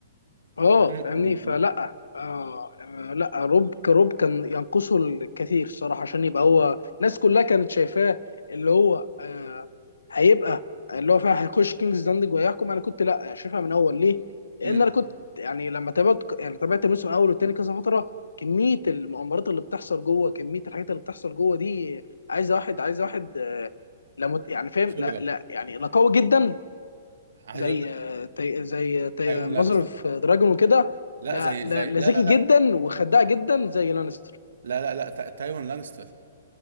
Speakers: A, on the left; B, on the right.
A: اه
B: ودم
A: فاهمني
B: و... و...
A: فلا آه آه، لا روب كروب كان ينقصه الكثير الصراحه عشان يبقى هو الناس كلها كانت شايفاه اللي هو آه هيبقى اللي هو فعلا هيخش كينجز داندج وهيحكم انا كنت لا شايفها من اول ليه؟ لان
B: امم
A: انا كنت يعني لما تابعت يعني تابعت الموسم الاول والتاني كذا فتره كميه المؤامرات اللي بتحصل جوه كميه الحاجات اللي بتحصل جوه دي عايزه واحد عايزه واحد آه، لا مت- يعني فاهم
B: خبرة
A: لا لا يعني لا قوي جدا
B: عايز
A: زي
B: اقول لك
A: تي... زي تي...
B: ايوه لانستر
A: مظرف دراجون وكده
B: لا
A: لا
B: زي
A: لا
B: زي
A: لا
B: لا
A: ذكي
B: لا لا
A: جدا وخداع جدا زي لانستر
B: لا لا لا تا- تايوان لانستر